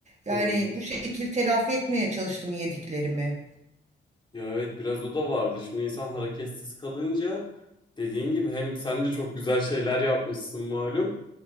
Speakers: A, on the right (about 35°); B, on the left (about 25°).
A: Yani
B: Doğru.
A: bu şekil telafi etmeye çalıştım yediklerimi.
B: Ya evet biraz o da vardı. Şimdi insan hareketsiz kalınca dediğin gibi hem sen de çok güzel şeyler yapmışsın malum